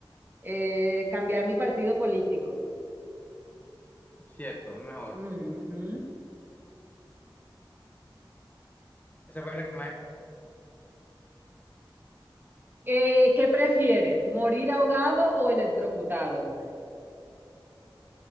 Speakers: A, on the right; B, on the left.
A: eh, cambiar mi partido político.
B: Cierto, mejor.
A: Ujú. ujú.
B: Esa fue la que más...
A: Eh, ¿qué prefieres, morir ahogado o electrocutado?